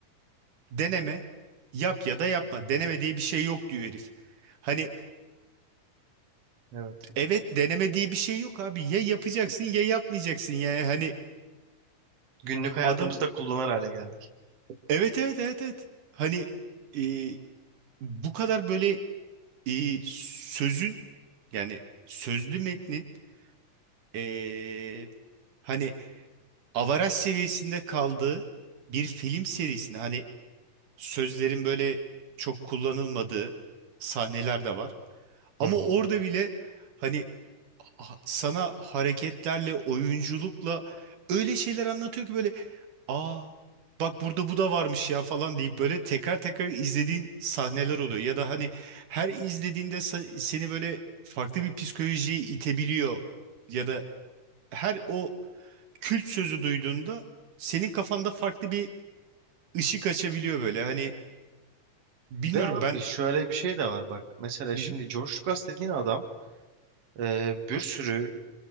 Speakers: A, on the right; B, on the right.
A: deneme yap ya da yapma. Deneme diye bir şey yok diyor herif. Hani
B: Evet.
A: evet deneme diye bir şey yok abi. Ya yapacaksın ya yapmayacaksın yani hani
B: Günlük hayatımızda
A: Adam
B: kullanır hale geldik.
A: evet evet evet evet. Hani e, bu kadar böyle e, sözün yani sözlü metnin e, hani avaraj seviyesinde kaldığı bir film serisinde hani sözlerin böyle çok kullanılmadığı sahneler de var.
B: Hı
A: Ama
B: hı.
A: orada bile hani ha- sana hareketlerle, oyunculukla öyle şeyler anlatıyor ki böyle Aa bak burada bu da varmış ya falan deyip böyle tekrar tekrar izlediğin sahneler oluyor. Ya da hani her izlediğinde sa- seni böyle farklı bir psikolojiye itebiliyor. Ya da her o kült sözü duyduğunda senin kafanda farklı bir ışık açabiliyor böyle. Hani bilmiyorum
B: Ve abi
A: ben...
B: şöyle bir şey de var bak. Mesela
A: Hı
B: şimdi
A: hı.
B: George Lucas dediğin adam e, bir sürü